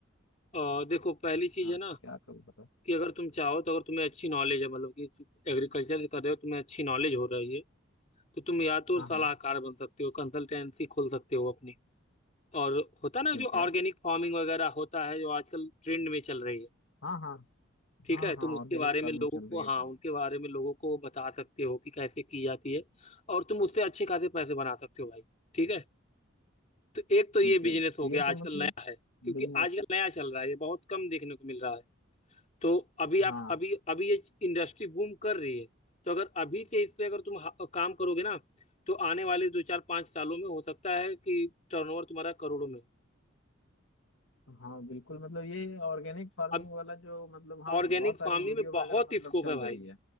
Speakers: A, on the left; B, on the left.
A: अ, देखो पहली चीज
B: हाँ
A: है ना
B: क्या करूँ बताओ
A: कि अगर तुम चाहो तो अगर तुम्हें अच्छी नॉलेज है मतलब कि एग्रीकल्चर कर रहे हो तुम्हें अच्छी नॉलेज हो रही है तो तुम या तो
B: हाँ
A: सलाहकार
B: हाँ
A: बन सकते हो कंसल्टेंसी खोल सकते हो अपनी और होता ना
B: ठीक
A: जो
B: है
A: ऑर्गेनिक फार्मिंग वगैरह होता है जो आजकल ट्रेंड में चल रही है
B: हाँ हाँ
A: ठीक
B: हाँ
A: है तुम
B: हाँ
A: उसके
B: ऑर्गेनिक
A: बारे में
B: फार्मिंग
A: लोगों
B: चल
A: को
B: रही है
A: हाँ
B: ट्रेंड।
A: उनके बारे में लोगों को बता सकते हो कि कैसे की जाती है और तुम उससे अच्छे खासे पैसे बना सकते हो भाई ठीक है तो एक तो ये
B: ठीक
A: बिजनेस
B: है तो
A: हो
B: ये
A: गया
B: तो
A: आजकल
B: मतलब
A: नया है क्योंकि
B: बिजनेस
A: आजकल नया चल रहा है ये बहुत कम देखने को मिल रहा है तो अभी
B: हाँ
A: आप अभी अभी ये इंडस्ट्री बूम कर रही है तो अगर अभी से इस पे अगर तुम हा- काम करोगे ना तो आने वाले दो चार पांच सालों में हो सकता है कि टर्नओवर तुम्हारा करोड़ों में हो
B: हाँ बिल्कुल मतलब ये ऑर्गेनिक फार्मिंग
A: अब
B: वाला जो मतलब हाँ
A: ऑर्गेनिक
B: बहुत
A: फार्मिंग
B: सारी वीडियो
A: में बहुत
B: वगैरह मतलब
A: स्कोप
B: चल
A: है भाई
B: रही है